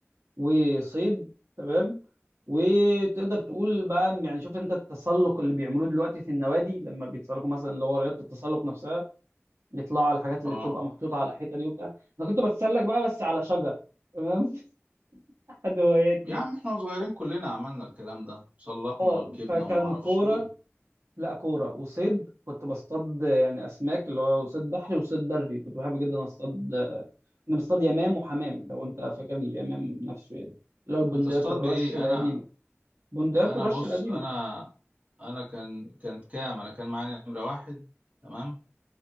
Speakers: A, on the right; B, on the right.
A: وصيد تمام وتقدر تقول بقى يعني شوف انت التسلق اللي بيعملوه دلوقتي في النوادي لما بيتسلقوا مثلا اللي هو رياضه التسلق نفسها بيطلعوا على الحاجات اللي
B: اه
A: بتبقى محطوطه على الحيطه دي وبتاع انا كنت بتسلق بقى بس على شجر تمام <laughs> حد هواياتي
B: يا عم احنا صغيرين كلنا عملنا الكلام ده سلقنا
A: اه
B: وركبنا
A: فكان
B: وما اعرفش
A: كوره
B: ايه
A: لا كورة وصيد كنت بصطاد يعني أسماك اللي هو صيد بحري وصيد بري كنت بحب جدا أصطاد كنا بنصطاد يمام وحمام لو أنت فاكر اليمام نفسه يعني اللي هو البندقيات
B: بتصطاد
A: الرش
B: بايه
A: القديمة
B: انا
A: بندقيات
B: انا
A: الرش
B: بص
A: القديمة
B: انا انا كان كانت كام انا كان معايا نمره واحد تمام